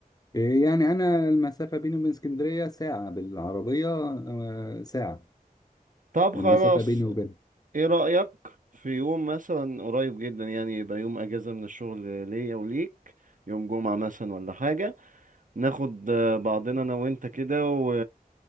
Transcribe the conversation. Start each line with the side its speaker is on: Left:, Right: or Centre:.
Left: آه، يعني انا المسافه بيني وبين اسكندريه ساعه بالعربيه آه، ساعه
Right: طب خلاص
Left: المسافه بيني وبينها
Right: ايه رأيك في يوم مثلا قريب جدا يعني يبقى يوم اجازة من الشغل ليا وليك يوم جمعة مثلا ولا حاجة ناخد آه، بعضنا انا وانت كده و...